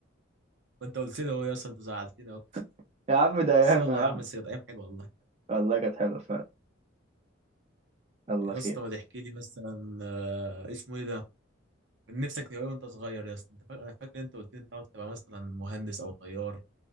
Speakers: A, on the right; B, on the right.
A: وانت قلت لي هو يا اسطى انت زعلتني أوي.
B: <laughs> يا عم ده ايام
A: بس يلا
B: يا عم
A: يا عم بس كانت ايام حلوه والله
B: والله كانت حلوة فعلا يلا
A: يا
B: خير
A: اسطى ما تحكي لي مثلا آه، اسمه ايه ده من نفسك تبقى إيه وانت صغير يا اسطى انت فاكر انا فاكر انت قلت لي انت عاوز تبقى مثلا مهندس او طيار